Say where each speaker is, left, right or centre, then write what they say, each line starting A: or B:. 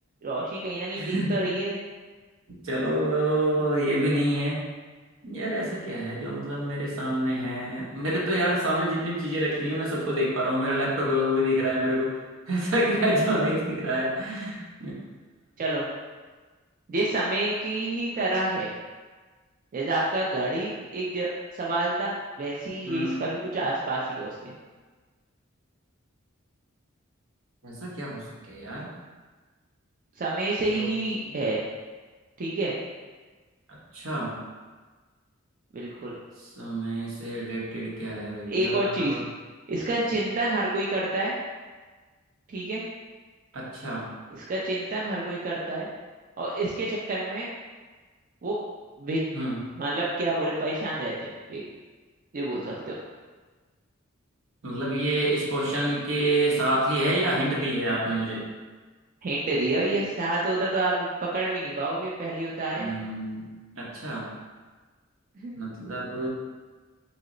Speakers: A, on the right (about 40°); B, on the right (about 75°).
A: रोशनी कहीं ना कहीं
B: <laughs>
A: दिख तो रही है
B: चलो ये भी नहीं है यार ऐसा क्या है जो मतलब मेरे सामने है मेरे तो यार सामने जितनी भी चीजें रखी हुई है मैं सबको देख पा रहा हूँ मेरा लैपटॉप है वो भी दिख रहा है मेरे को <laughs> ऐसा क्या है जो नहीं दिख रहा है अ,
A: चलो ये समय की ही तरह है जैसे आपका गाड़ी एक ज- सवाल था वैसे ही
B: हम्म
A: ये इसका भी कुछ आसपास ही है उसके
B: ऐसा क्या हो सकता है यार
A: समय से
B: जो
A: ही
B: कि
A: है ठीक है
B: अच्छा
A: बिल्कुल
B: समय से रिलेटेड क्या है भैया
A: एक
B: हम्म
A: और चीज इसका चिंतन हर कोई करता है ठीक है
B: अच्छा
A: इसका चिंतन हर कोई करता है और इसके चक्कर में वो वे-
B: हम्म
A: मतलब क्या बोले परेशान रहते हैं वे- ये बोल सकते हो
B: मतलब ये इस क्वेश्चन के साथ ही है या हिंट दी है आपने मुझे
A: हिंट दिया ये साथ होता तो आप पकड़ भी नहीं पाओगे पहली उतारे
B: हम्म अच्छा
A: <laughs>
B: मतलब